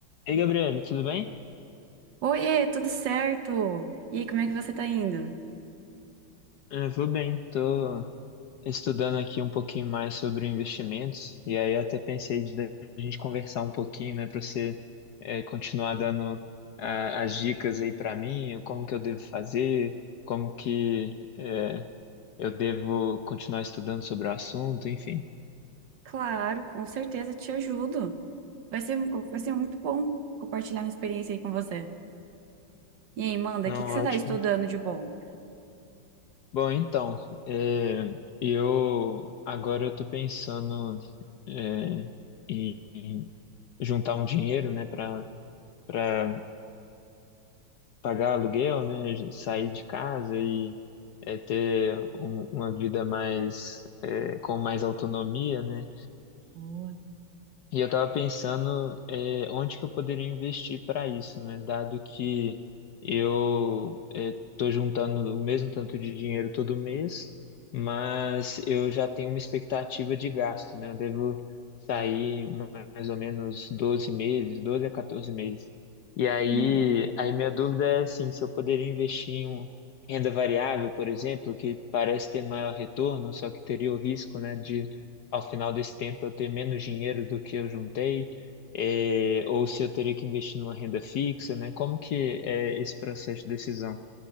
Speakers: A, on the left; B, on the right.
A: Ei, Gabriel, tudo bem?
B: Oiê, tudo certo? E aí, como é que você tá indo?
A: Eu vou bem, tô estudando aqui um pouquinho mais sobre investimentos e aí até pensei da gente conversar um pouquinho, né, para você eh, continuar dando ah, as dicas aí para mim, como que eu devo fazer, como que eh, eu devo continuar estudando sobre o assunto, enfim.
B: Claro, com certeza te ajudo. Vai ser, vai ser muito bom compartilhar minha experiência aí com você. E aí, manda,
A: Não,
B: o que que você
A: ótimo.
B: tá estudando de bom?
A: Bom, então, eh, eu agora eu tô pensando eh, em em juntar um dinheiro, né, para para pagar aluguel, né? Sair de casa e é, ter um- uma vida mais é, com mais autonomia, né?
B: Boa.
A: E eu estava pensando, eh, onde que eu poderia investir para isso, né? Dado que eu estou juntando o mesmo tanto de dinheiro todo mês, mas eu já tenho uma expectativa de gasto, né? Eu devo sair mais ou menos 12 meses, 12 a 14 meses. E aí,
B: Uhum.
A: aí minha dúvida é assim, se eu poderia investir em um- renda variável, por exemplo, que parece ter maior retorno, só que teria o risco, né, de ao final desse tempo eu ter menos dinheiro do que eu juntei, é, ou se eu teria que investir numa renda fixa, né? Como que é esse processo de decisão?